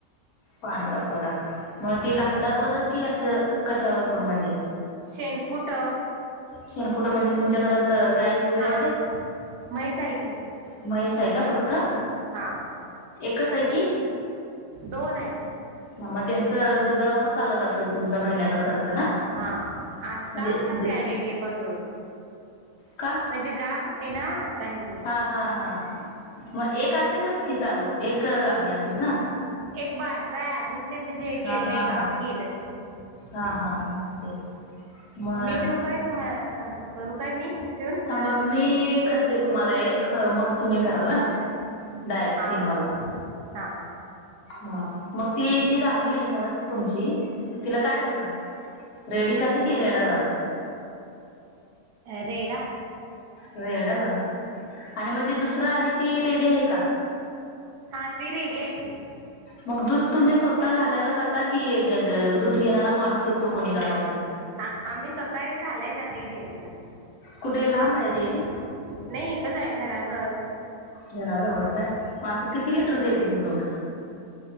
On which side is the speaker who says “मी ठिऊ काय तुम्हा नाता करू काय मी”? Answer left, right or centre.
Right